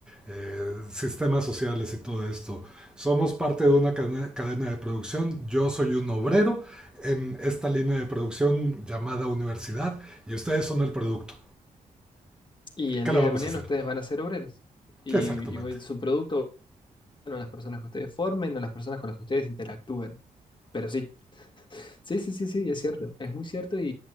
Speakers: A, in the centre; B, on the left (about 35°).
A: eh, sistemas sociales y todo esto. Somos parte de una cadena, de producción, yo soy un obrero en esta línea de producción llamada universidad y ustedes son el producto.
B: Y el
A: ¿Qué
B: día
A: le vamos
B: de mañana
A: a hacer?
B: ustedes van a ser obreros. Y,
A: Exactamente.
B: y su producto van a las personas que ustedes formen, a las personas con las que ustedes interactúen. Pero sí, sí, sí, sí, sí, es cierto. Es muy cierto y,